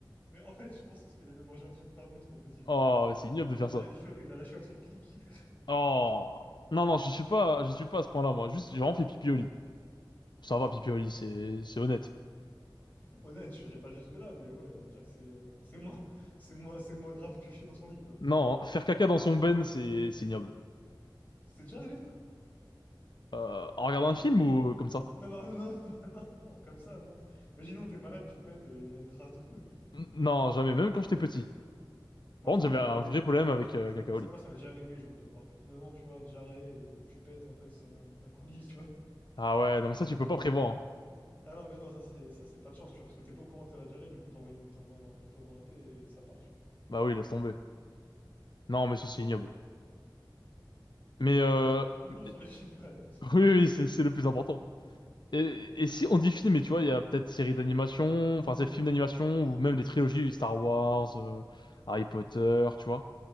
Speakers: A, on the left; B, on the left.
A: Mais en fait, je pense que parce qu'il avait mangé un truc pas bon, c'est pas possible.
B: Oh, mais c'est ignoble
A: Mais
B: de faire
A: il
B: ça.
A: a, genre, il a lâché un truc liquide.
B: Oh. Non, non, je suis pas, je suis pas à ce point-là, moi. Juste, j'ai vraiment fait pipi au lit. Ça va, pipi au lit, c'est, c'est honnête.
A: <laughs> Honnête, je serais pas jusque-là, mais ouais, on va dire que c'est euh, c'est moins, <laughs> c'est moins, c'est moins grave que chier dans son lit, quoi.
B: Non, faire caca dans son ben, c'est, c'est ignoble.
A: C'est déjà arrivé, toi?
B: Euh, en regardant un film
A: Et-
B: ou euh, comme ça?
A: Non, non, non, <laughs> non, non, non, comme ça, non. Imaginons, t'es malade, tu pètes et il y a une trace de pneu, quoi.
B: N- Non, jamais, même quand j'étais petit.
A: Moi,
B: Par
A: ça
B: contre,
A: m'est
B: j'avais
A: déjà
B: un
A: arrivé.
B: vrai problème
A: Ça
B: avec
A: m'est-
B: euh,
A: ça-
B: caca
A: ça-
B: au lit.
A: moi, ça m'est déjà arrivé. Genre, je devais avoir plus de neuf ans, tu vois, diarrhée, et tu pètes, et en fait, c'est un, un coulis, tu vois.
B: Ah ouais, non, mais ça, tu peux pas prévoir, hein.
A: Ah non, mais non, ça, c'est ça, c'est pas de chance, tu vois, parce que t'es pas au courant que t'as la diarrhée, du coup, t'envoies une, t'envoies un, t'envoies un P et ça part, tu vois.
B: Bah oui, laisse tomber. Non, mais ça, c'est ignoble. Mais, euh,
A: Mais ouais, revenons
B: <laughs>
A: sur
B: oui,
A: les films quand même, parce que
B: oui, oui, c'est, c'est le plus important. Et, et si on dit film, mais tu vois, il y a peut-être séries d'animation, enfin c'est films d'animation ou même des trilogies Star Wars, euh, Harry Potter, tu vois,